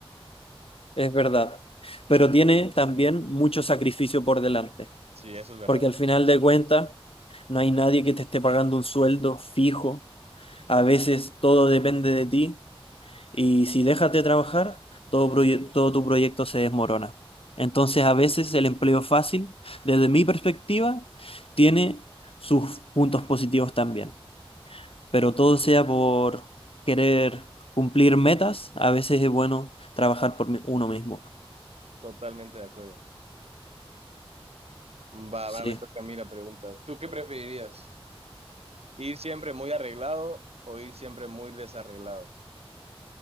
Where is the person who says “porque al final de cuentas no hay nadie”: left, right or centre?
Left